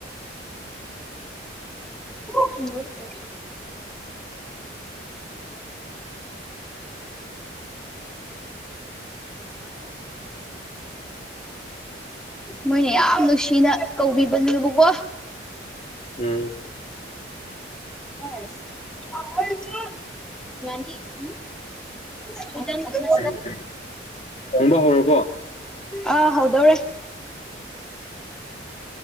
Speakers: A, in the centre; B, on the left (about 35°).
A: <inaudible> ꯃꯣꯏꯅ ꯌꯥꯝ ꯅꯨꯡꯁꯤꯅ ꯀꯧꯕꯤꯕꯅꯦꯕꯀꯣ꯫
B: ꯎꯝ꯫
A: ꯑꯁ <inaudible> ꯉꯅꯤ ꯎꯝ <unintelligible>
B: ꯎꯝ ꯎꯝ ꯊꯣꯡꯕ ꯍꯧꯔꯕꯣ
A: ꯑ ꯍꯥꯎꯗꯧꯔꯦ